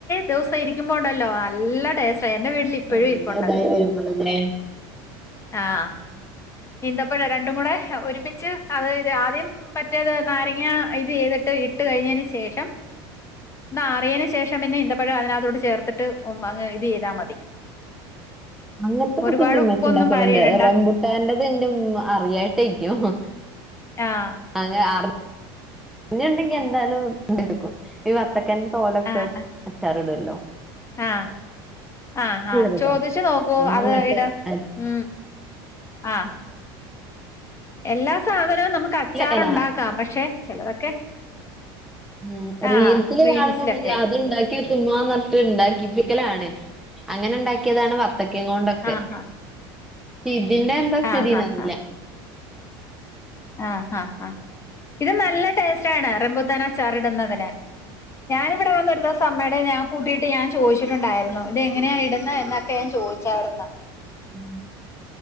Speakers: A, on the left; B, in the centre.
A: ദിവസം ഇരിക്കുമ്പോ ഉണ്ടല്ലോ നല്ല ടേസ്റ്റ് റ്റാ എന്റെ വീട്ടില് ഇപ്പഴും
B: നല്ല
A: ഇരിപ്പൊണ്ടത്
B: ഇതായി വരുമ്പളല്ലേ
A: ആഹ് ഇന്തപ്പഴം രണ്ടും കൂടെ ഹ് ഒരുമിച്ച് അത് ഇത് ആദ്യം മറ്റേത് നാരങ്ങ ഇത് ചെയ്തി ട്ട് ഇട്ട് കഴിഞ്ഞതിന് ശേഷം ന്നാറിയേനു ശേഷം പിന്നെ ഈന്തപ്പോഴും അതിനകത്തോട്ട് ചേർത്തിട്ട് ഉം അങ്ങ് ഇത് ചെയ്താ മതി
B: അങ്ങൻത്തൊക്കെത്തിന്നുംമ്മച്ചിണ്ടാക്കലുണ്ട്
A: ഒരുപാട് ഉപ്പൊന്നും പാരി ഇടണ്ട
B: റംബുട്ടാന്റെ അതിൻ്റുമ്മ അറിയായിട്ടാക്കും ഉം
A: ആഹ്
B: അങ്ങനെ അറ് അറിഞ്ഞിണ്ടെങ്കി എന്താലും ഉംഎടുക്കും ഈ വത്തക്കൻ തോലൊക്കെ
A: ആഹ്
B: അച്ചാറിടുവല്ലോ
A: ആഹ് ആഹ് ആഹ്
B: രസാ
A: ചോദിച്ചു നോക്കൂ
B: ഒന്നിങ്ങട്ട്
A: അത് ഇട്
B: അല്ല
A: ഉം ആഹ് എല്ലാ സാധനവും നമുക്ക് അച്ചാറുണ്ടാക്കാം
B: അല്ല
A: പക്ഷെ ചിലതൊക്കെ
B: ഉം റീൽസില്
A: ആഹ് റീൽസിലൊക്കെ
B: കാണുമ്പോ പിന്നെഅത്ണ്ടാക്കി ചുമ്മാന്നിട്ടുണ്ടാക്കിക്കലാണ് അങ്ങനെ ഉണ്ടാക്കിയതാണ് വത് ത്തക്കേം കൊണ്ടൊക്കെ
A: ആഹ്
B: ഷേഇതിന്റെ എന്താ സ്ഥിതിന്നറിയില്ല
A: ആഹ് ആഹ് ആഹ് ആഹ് ആഹ് ആഹ് ഇത് നല്ല ടേസ്റ്റ് ആണ് റമ്പുത്താനച്ചാറിടുന്നതിന് ഞാനിവിടെ വന്നൊഒരു ദോസം അമ്മേടെന്ന് ഞാൻ കൂട്ടിയിട്ട് ഞാൻ ചോദിച്ചിട്ടുണ്ടായിരുന്നു ഇത് എങ്ങനെയാ ഇടുന്നെ എന്നൊക്കെ ഞാൻ ചോദിച്ചാരുന്ന്
B: ഉം